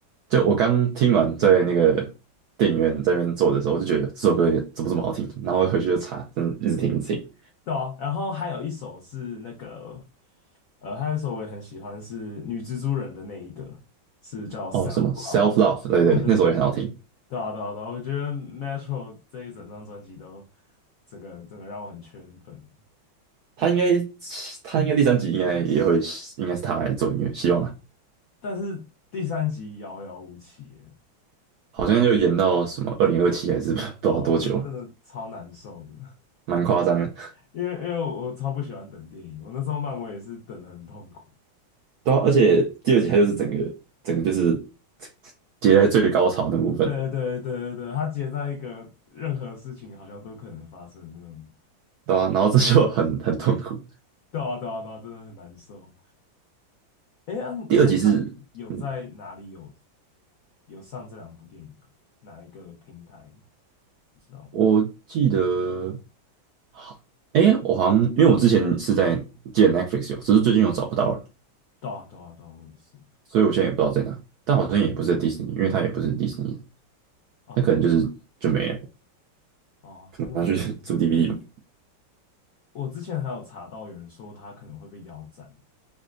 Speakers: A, on the right; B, on the left.
A: 就我刚听完，在那个电影院这边坐的时候，我就觉得这首歌也怎么这么好听，然后我回去就查，真的一直听一直听。
B: 对啊，然后还有一首是那个，呃，还有一首我也很喜欢是女蜘蛛人的那一个，是叫 Self
A: 哦，什么
B: Love，
A: Self Love？对对，
B: 对
A: 那首也很好听。
B: <laughs> 对对对对，对啊对啊对啊我觉得 m e t r o 这一整张专辑都整个整个让我很圈粉，
A: 他应该，他应该第三集应该也会，应该是他来做音乐，希望啦。
B: 但是第三集遥遥无期耶，
A: 好像又延到什么二零二七还是 <laughs> 不知道多久了
B: 哦，真真的超难受的，
A: 蛮夸张的。
B: 因为因为我超不喜欢等电影，我那时候漫威也是等的很痛苦。
A: 对啊，而且第二集它就是整个整个就是接在最高潮那部分，
B: 对对对对对，它结在一个任何事情好像都可能发生的那种。
A: 对啊，然后这就很很痛苦。
B: 对啊对啊对啊，真的很难受。哎，啊，你现在
A: 第二集是，
B: 有在哪里有
A: 嗯，
B: 有上这两部电影啊？哪一个平台？你知道吗？
A: 我记得好，哎，我好像因为我之前是在记得 Netflix 有，只是最近又找不到了，
B: 对啊对啊对啊，我也是。
A: 所以我现在也不知道在哪。但好像也不是在迪士尼，因为它也不是迪士尼，
B: 啊对啊，
A: 那可能就是就没了，
B: 哦，真的很可爱。
A: 拿去 <laughs> 租 DVD 吧。
B: 我之前还有查到有人说他可能会被腰斩，